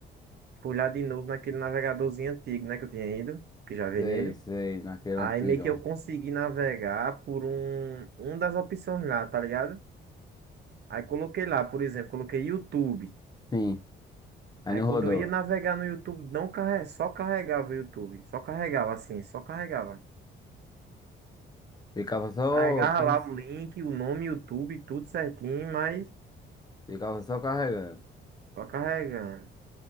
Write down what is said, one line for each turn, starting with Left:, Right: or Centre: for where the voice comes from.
Right: Fui lá de novo naquele navegadorzinho antigo, né, que eu tinha ido, que já veio
Left: Sei,
Right: nele.
Left: sei, naquele
Right: Aí
Left: antigão.
Right: meio que eu consegui navegar por um, um das opções lá, tá ligado? Aí coloquei lá, por exemplo, coloquei YouTube.
Left: Sim, aí
Right: Aí
Left: não
Right: quando
Left: rodou.
Right: eu ia navegar no YouTube, não carre... só carregava o YouTube. Só carregava assim, só carregava.
Left: Ficava só...
Right: Carregava
Left: Como...
Right: lá
Left: se-
Right: o link, o nome YouTube, tudo certinho, mas
Left: Ficava só carregando.
Right: só carregando.